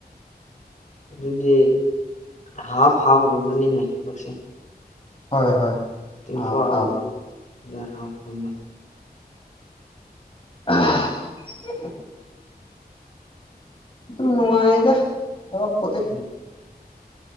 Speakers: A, on the left; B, on the left.
A: ꯑꯗꯨꯗꯤ ꯍꯥꯐ ꯍꯥꯐꯒꯨꯝꯕꯅꯤꯅꯦ ꯊꯕꯛꯁꯦ
B: ꯍꯣꯏ ꯍꯣꯏ
A: ꯇ꯭ꯋꯦꯟꯇꯤ
B: ꯑꯥ
A: ꯐꯣꯔ
B: ꯐꯥꯎ
A: ꯑꯋꯥꯔ ꯍꯥꯐꯕ
B: ꯑ ꯑꯗꯨ ꯅꯨꯡꯉꯥꯏꯗ ꯊꯔꯛꯄꯗꯤ
A: ꯎꯝ